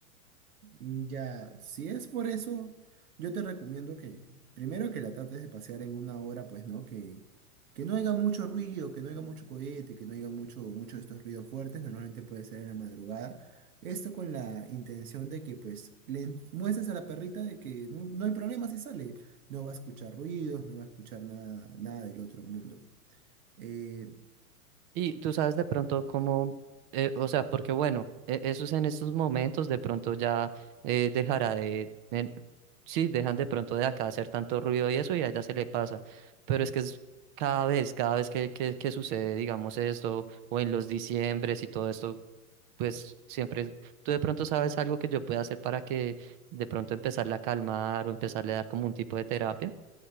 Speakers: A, on the right; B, on the right.
A: Mm, Ya, si es por eso, yo te recomiendo que primero que la trates de pasear en una hora, pues, ¿no? Que, que no haya mucho ruido, que no haya mucho cohete, que no haya mucho, mucho de estos ruidos fuertes, normalmente puede ser en la madrugada. Esto con la intención de que, pues, le muestres a la perrita de que no, no hay problema si sale. No va a escuchar ruidos, no va a escuchar nada, nada del otro mundo. Eh,
B: Y tú sabes de pronto cómo, eh, o sea, porque bueno, e- esos en estos momentos de pronto ya eh, dejará de, en- sí, dejan de pronto de acá hacer tanto ruido y eso y a ella se le pasa, pero es que es cada vez, cada vez que, que, que sucede, digamos esto, o en los diciembres y todo esto, pues siempre, tú de pronto sabes algo que yo pueda hacer para que de pronto empezarla a calmar o empezarle a dar como un tipo de terapia.